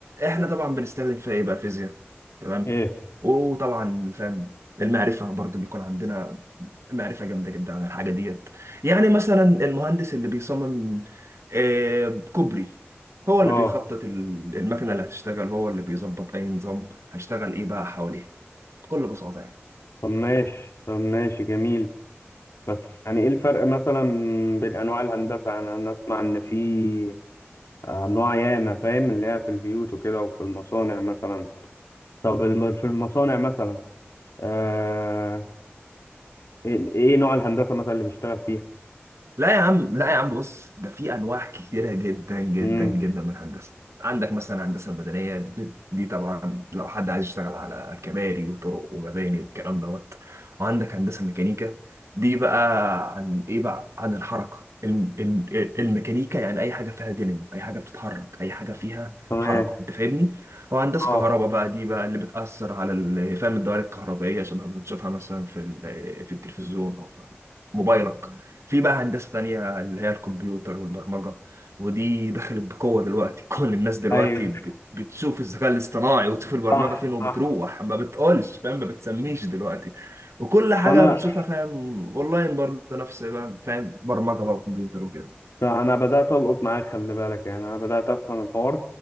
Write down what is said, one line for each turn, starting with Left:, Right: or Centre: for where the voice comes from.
Right: احنا طبعا بنستخدم فيها ايه بقى فيزياء تمام
Left: ايه
Right: وطبعا فاهم المعرفه برضو بيكون عندنا معرفة جامدة جدا عن الحاجة ديت يعني مثلا المهندس اللي بيصمم آه، كوبري هو
Left: اه
Right: اللي بيخطط ال- المكنة اللي هتشتغل هو اللي بيظبط أي نظام هيشتغل إيه بقى حواليها بكل بساطة يعني
Left: طب ماشي طب ماشي جميل بس يعني ايه الفرق مثلا بين انواع الهندسه يعني انا اسمع ان في انواع ياما فاهم اللي هي في البيوت وكده وفي المصانع مثلا طب الم- في المصانع مثلا آه ايه إيه نوع الهندسه مثلا اللي بيشتغل فيها
Right: لا يا عم لا يا عم بص ده في انواع كتيره جدا جدا
Left: امم
Right: جدا من الهندسه عندك مثلا الهندسه المدنيه دي, دي طبعا لو حد عايز يشتغل على كباري وطرق ومباني والكلام دوت وعندك هندسه ميكانيكا دي بقى عن ايه بقى عن الحركه الم- الم- الميكانيكا يعني اي حاجه فيها دينامو اي حاجه بتتحرك اي حاجه فيها
Left: تمام
Right: حركه انت فاهمني وهندسه
Left: اه
Right: كهرباء بقى دي بقى اللي بتاثر على ال- فاهم الدوائر الكهربائيه شبه ما بتشوفها مثلا في ال- في التلفزيون او في موبايلك في بقى هندسة تانية اللي هي الكمبيوتر والبرمجة ودي دخلت بقوة دلوقتي <laughs> كل الناس دلوقتي
Left: ايوه
Right: بت- بتشوف الذكاء الاصطناعي وتشوف البرمجة
Left: صح
Right: فين وبتروح
Left: صح
Right: ما بتقولش فاهم ما بتسميش دلوقتي وكل
Left: طب
Right: حاجة
Left: انا
Right: بتشوفها فاهم اونلاين برضه نفس بقى فاهم برمجة بقى وكمبيوتر وكده
Left: طب انا بدات القط معاك خلي بالك يعني انا بدات افهم الحوار